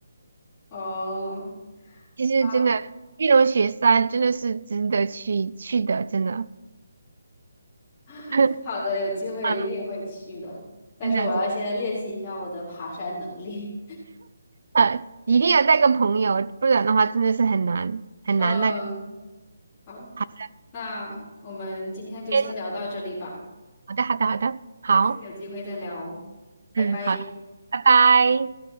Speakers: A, on the left (about 20°); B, on the right (about 60°).
A: 哦，
B: 其实真的，
A: 啊，
B: 玉龙雪山真的是值得去去的，真的，
A: <laughs>
B: <laughs> 真的
A: 好的，有机会一定会去的，
B: 啊，
A: 但是我要先练习一下我的爬山能力。
B: 真的，呃，一定要带个朋友，不然的话真的是很难很难那个。
A: <laughs> 嗯，好，
B: 好的，
A: 那我们今天就先聊到这里吧，
B: 嗯好的，好的，好的，好，
A: 下次有机会再聊哦，拜拜。
B: 嗯，好的，拜拜。